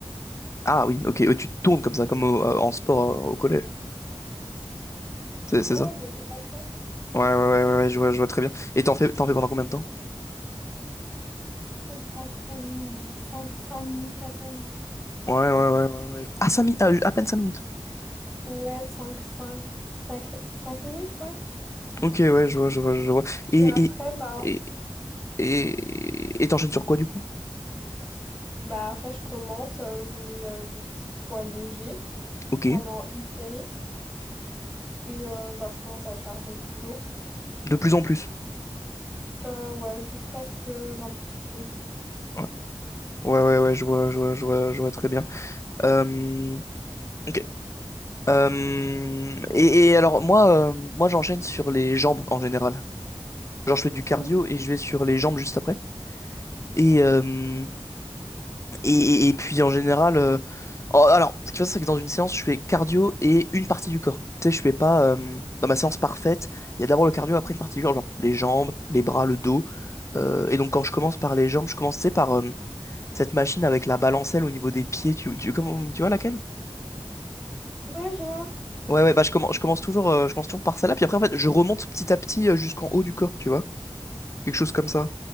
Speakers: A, on the left; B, in the centre.
A: Ah oui, ok. ouais, tu te tournes comme ça, comme au- euh, en sport euh, au collège. C'est c'est
B: Ouais,
A: ça?
B: des rotations.
A: Ouais, ouais, ouais, ouais, ouais, je vois, je vois très bien. Et t'en fais, t'en fais pendant combien de temps?
B: Franchement, pas très long. cinq cinq minutes à peine.
A: Ouais, ouais, ouais, ouais, ouais. Ah, cinq minutes, à peine 5 minutes.
B: Ouais, cinq cinq cinq cinq minutes, ouais.
A: Ok, ouais, je vois, je vois, je vois. Et,
B: Et après,
A: et,
B: bah,
A: et, et, et t'enchaînes sur quoi, du coup?
B: bah après, je commence, euh, je mets euh, des petits poids légers.
A: Ok.
B: pendant une série et euh, bah, je commence à charger plus lourd.
A: De plus en plus.
B: Euh, ouais, jusqu'à ce que j'en puisse plus.
A: Ouais, ouais, ouais, ouais, je vois, je vois, je vois, je vois très bien. Euh, ok. Euh, et, et alors, moi, euh, moi j'enchaîne sur les jambes en général. Genre, je fais du cardio
B: Mm.
A: et je vais sur les jambes juste après. Et, euh, et, et- et puis, en général, euh, oh, alors, ce qui se passe, c'est que dans une séance, je fais cardio et une partie du corps. Tu sais, je fais pas, euh, dans ma séance parfaite, il y a d'abord le cardio, après une partie du corps, genre les jambes, les bras, le dos. Euh, et donc, quand je commence par les jambes, je commence, tu sais, par, euh, cette machine avec la balancelle au niveau des pieds, tu, tu, comment- tu vois laquelle?
B: Ouais, je vois.
A: Ouais, ouais, bah je commence, je commence toujours, euh, je commence toujours par celle-là, puis après, en fait, je remonte petit à petit euh, jusqu'en haut du corps, tu vois? Quelque chose comme ça.